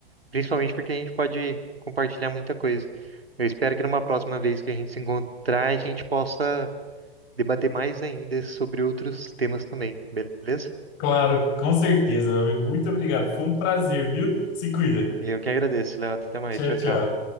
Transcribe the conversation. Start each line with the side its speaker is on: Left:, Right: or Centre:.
Right: principalmente porque a gente pode compartilhar muita coisa. Eu espero que numa próxima vez que a gente se encontrar, a gente possa debater mais ainda sobre outros temas também, beleza?
Left: Claro, com certeza, meu amigo. Muito obrigado. Foi um prazer, viu? Se cuida.
Right: Eu que agradeço, Léo. Até mais.
Left: Tchau,
Right: Tchau,
Left: tchau.
Right: tchau.